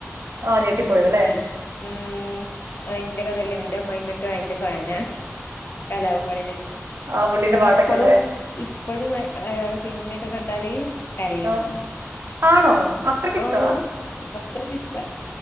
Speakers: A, on the right; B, on the left.
A: ആഹ് ഞെട്ടിപ്പോയതല്ലേ
B: അല് ഉമ് ഭയങ്കരതല്ലേ ന്റെ അമ്മായിമ് ക്കെ അയിന്റെ ഫാന കലഭവൻ മണിടെ
A: ആ പുള്ളീന്റെ
B: ഇന്നെപ്പളും
A: പാട്ടൊക്കെല്ലേ
B: ഇപ്പോഴും അയാൾടെ സിനിമയൊക്കെ കണ്ട <inaudible> കരയുമ്മാ
A: ആഹ് ആണോ അത്രയ്ക്ക്
B: ഓഹ്
A: ഇഷ്ടവാ
B: അത്രക്ക്‌ ഇഷ്ട